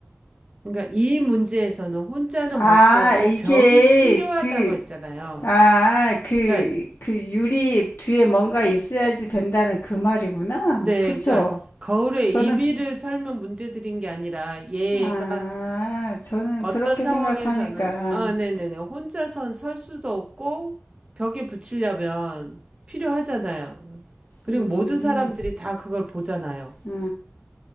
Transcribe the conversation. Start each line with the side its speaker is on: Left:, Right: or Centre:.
Right: 그러니까 이 문제에서는 혼자는
Left: 아,
Right: 못 쓰고
Left: 이게
Right: 벽이 필요하다고
Left: 그
Right: 했잖아요.
Left: 아, 그,
Right: 그러니까
Left: 그 유리 뒤에 뭔가 있어야지 된다는 그 말이구나.
Right: 네,
Left: 그쵸?
Right: 그러니까 거울의
Left: 저는,
Right: 의미를 설명 문제 드린 게 아니라 얘가
Left: 아, 저는
Right: 어떤
Left: 그렇게
Right: 상황에서는,
Left: 생각하니까,
Right: 아, 네네네. 혼자선 설 수도 없고, 벽에 붙이려면 필요하잖아요. 그리고
Left: 음.
Right: 모든 사람들이 다 그걸 보잖아요.
Left: 아,